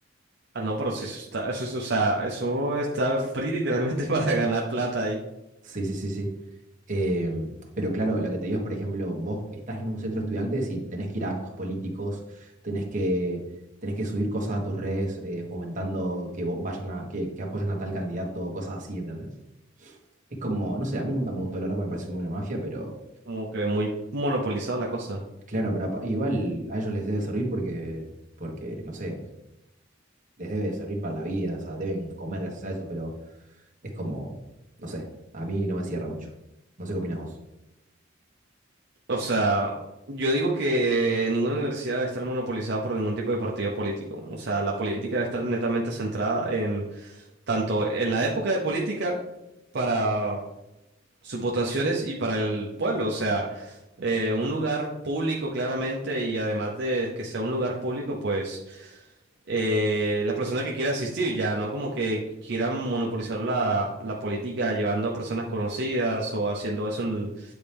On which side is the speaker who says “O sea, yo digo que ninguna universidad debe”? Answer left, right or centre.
Right